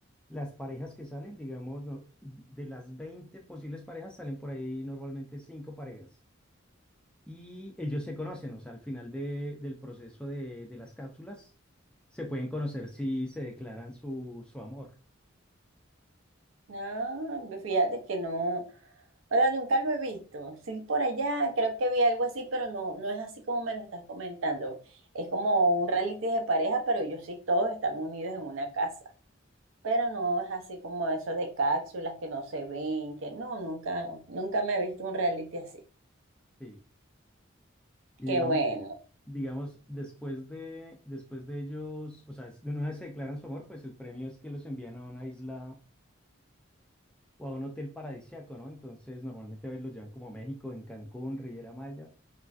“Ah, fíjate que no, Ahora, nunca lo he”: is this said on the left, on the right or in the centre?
Right